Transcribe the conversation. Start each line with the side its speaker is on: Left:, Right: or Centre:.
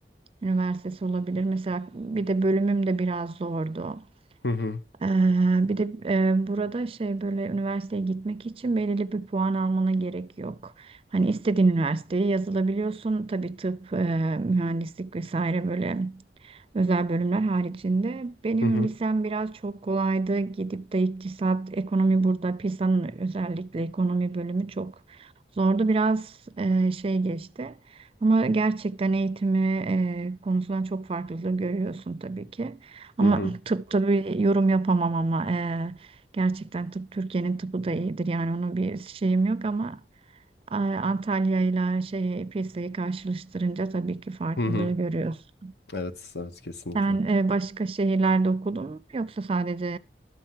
Right: üniversitesi olabilir. Mesela bir de bölümüm de biraz zordu.
Left: Hı hı.
Right: Ee, bir de e, burada şey böyle üniversiteye gitmek için belirli bir puan almana gerek yok. Hani istediğin üniversiteye yazılabiliyorsun. Tabii tıp, e, mühendislik vesaire böyle Özel bölümler haricinde. Benim
Left: Hı hı.
Right: lisem biraz çok kolaydı. Gidip de iktisat, ekonomi burada. PISA'nın özellikle ekonomi bölümü çok zordu. Biraz e, şey geçti. Ama gerçekten eğitimi e, konusundan çok farklılığı görüyorsun tabii ki. Ama
Left: Hı hı.
Right: tıp tabii yorum yapamam ama e, gerçekten tıp Türkiye'nin tıpı da iyidir. Yani onun bir şeyim yok ama e, Antalya ile şey, PISA'yı karşılaştırınca tabii ki farklılığı
Left: Hı hı.
Right: görüyoruz.
Left: Evet, evet kesinlikle.
Right: Sen e, başka şehirlerde okudun mu yoksa sadece